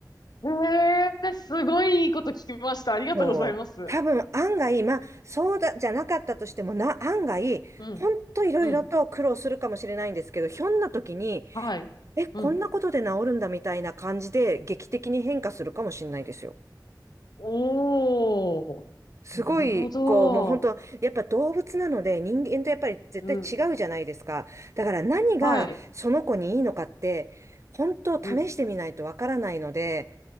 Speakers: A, on the left (about 65°); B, on the right (about 40°).
A: へえ、すごいいいこと聞きました。ありがとうございます。
B: そう、多分案外、まあそうだ、じゃなかったとしてもな、案外、
A: うん。
B: ほんといろいろと苦労するかもしれないんですけど、
A: うん。
B: ひょんな時に、
A: はい。
B: え、こんなことで治るんだみたいな感じで劇的に変化するかもしれないですよ。
A: うん。おお。
B: すごい、
A: なるほど。
B: こう、もう本当、やっぱ動物なので人間とやっぱり絶対違うじゃないですか。
A: うん。
B: だから何がその子にいいのかって、
A: はい。
B: 本当試してみないとわからないので、
A: うん。